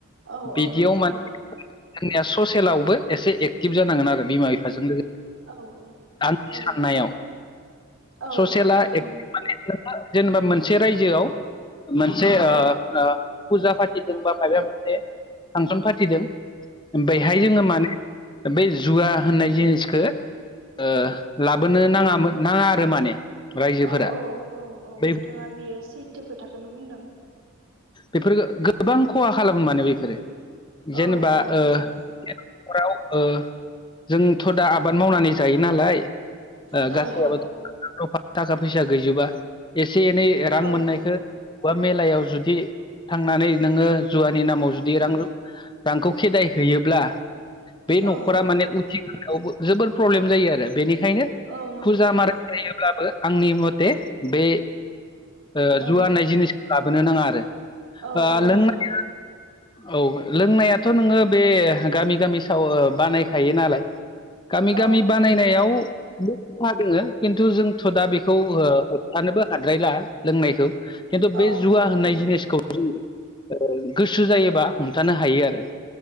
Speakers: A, on the right (about 70°); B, on the left (about 20°).
A: औ
B: बिदियाव
A: औ नंगौ
B: माने
A: नोंथां
B: जोंनिया ससेेलावबो एसे एक्टिभ जानांगोन आरो बिमा बिफाजों लोगोसे
A: औ
B: आननि
A: औ
B: साननायाव
A: औ औ
B: ससेला
A: औ नोंथां
B: एटिभ
A: नंगौ
B: माने जेनेबा मोनसे रायजोआव मोनसे
A: औ
B: ओ फुजा फाथिदों बा माबा मोनसे फांसन फाथिदों बेहाय जोङो माने बेै जुवा होननाय जिनिसखौ ओ लाबोनो नाङामोन नाङा आरो माने रायजोफोरा
A: औ औ औ औ
B: बे
A: नोंथाङा बेयो सैथो खोथाखौनो बुंदों
B: बेफोर गोबां खहा खालामो मानो बेफोरो जेनेबा
A: औ औ नंगौ
B: ओ
A: नोंथां
B: नख'राव ओ जोंथ' दा आबाद मावनानै जायो नालाय <unintelligible>
A: औ औ
B: थाखा फैसा गैजोबा एसे एनै
A: औ
B: रां मोननायखौ
A: औ
B: बा मेलायाव जुदि थांनानै नोङो जुवानि नामाव जुदि रां रांखौ खेदाय होयोब्ला बे न'खरा
A: औ औ
B: माने उथिखांनायावबो जोबोर प्रब्लेम जायो आरो बेनि खायनो
A: औ नंगौ
B: फुजा
A: नंगौ
B: माराय जायोब्लाबो आंनि मथे बे ओ
A: औ
B: जुवा होननाय जिनिसखौ लाबोनो नाङा आरो
A: औ
B: ओ
A: औ
B: लोंनाय
A: लाबो नाङा
B: औ लोंनायाथ' नोङो बे गामि गामि साव बानायखायो नालाय गामि
A: औ
B: गामि
A: औ
B: बानायनायाव बो खहा दोङो खिन्थु जोंथ' दा बेखौ ओ होबथानोबो हाद्रायला लोंनायखौ खिन्थु
A: औ
B: बे
A: नंगौ
B: जुवा होननाय
A: नंगौ
B: जिनिस <unintelligible> गोसो जायोबा हमथानो हायो आरो